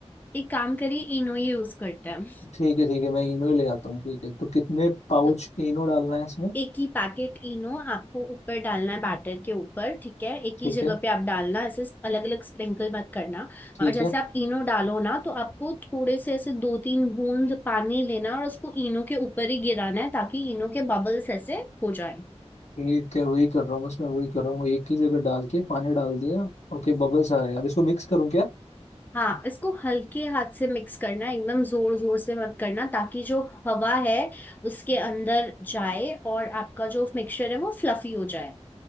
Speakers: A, on the left; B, on the left.
A: एक काम करिए इनो ही यूज करते हैं
B: ठीक है ठीक है मैं इनो ही ले आता हूँ ठीक है तो कितने पाउच
A: तो
B: इनो डालना है इसमें
A: एक ही पैकेट इनो आपको ऊपर डालना है बैटर के ऊपर ठीक है एक
B: ठीक
A: ही जगह
B: है
A: पे आप डालना ऐसे अलग अलग स्प्रिंकल मत करना
B: ठीक
A: और जैसे
B: है
A: आप इनो डालो ना तो आपको थोड़े से ऐसे दो तीन बूंद पानी लेना और उसको इनो के ऊपर ही गिराना है ताकि इनो के बबल्स ऐसे हो जाए
B: ठीक है वही कर रहा हूँ बस मैं वही कर रहा हूँ एक ही जगह डाल के पानी डाल दिया ओके बबल्स आ गए अब इसको मिक्स करूँ क्या
A: हाँ इसको हल्के हाथ से मिक्स करना है, एकदम जोर जोर से मत करना ताकि जो हवा है उसके अंदर जाए और आपका जो मिक्सचर है वो फ्लफी हो जाए